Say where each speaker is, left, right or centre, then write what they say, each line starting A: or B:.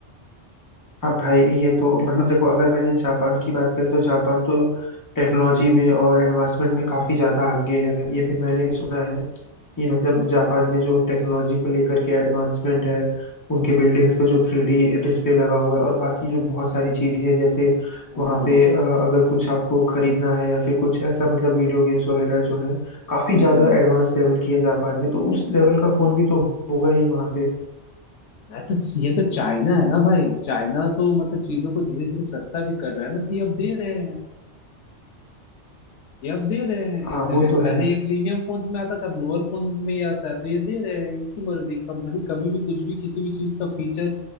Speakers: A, on the left; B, on the left.
A: हाँ भाई ये तो मतलब देखो अगर मैंने जापान की बात करें तो जापान तो टेक्नोलॉजी में और एडवांसमेंट में काफ़ी ज़्यादा आगे है ये भी मैंने सुना है कि मतलब जापान में जो टेक्नोलॉजी को लेकर के एडवांसमेंट है उनके बिल्डिंग्स पे जो थ्री डी डिस्प्ले लगा हुआ है और बाकी जो बहुत सारी चीज़ें जैसे
B: हम्म
A: वहाँ पे अ, अगर कुछ आपको खरीदना है या फिर कुछ ऐसा मतलब वीडियो गेम्स वगैरह जो है काफ़ी
B: हम्म।
A: ज़्यादा एडवांस लेवल की है जापान में तो उस लेवल का फ़ोन भी तो होगा ही वहाँ पे
B: मैं तो ये तो चाइना है ना भाई चाइना तो मतलब चीजों को धीरे धीरे सस्ता भी कर रहा है ना तो ये अब दे रहे हैं ये अब दे रहे हैं
A: हाँ
B: इतने
A: वो
B: में
A: तो
B: पहले
A: है
B: ये प्रीमियम फोन्स में आता था अब लोअर फोन्स में ही आता है तो ये दे रहे हैं इनकी मर्जी कंपनी कभी भी कुछ भी किसी भी चीज का फीचर